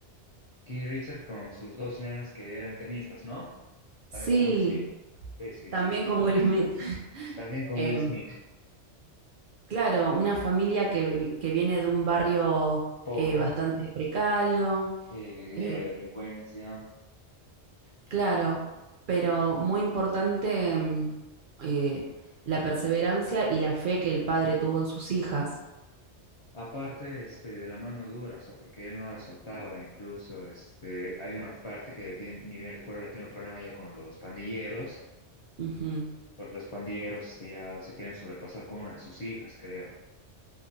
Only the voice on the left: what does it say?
King Richard con sus dos nenas que eran tenistas, ¿no?
También con Will Smith. Sí, sí,
sí, sí,
sí.
También con
Will Smith.
Pobre,
eh,
lleno de delincuencia.
Aparte, este, de la mano dura, o sea, porque él no la soltaba. Incluso, este, hay una parte que bien, ni bien recuerdo, la tiene un problema ya con los pandilleros,
porque los pandilleros este, ya se quieren sobrepasar con una de sus hijas, creo.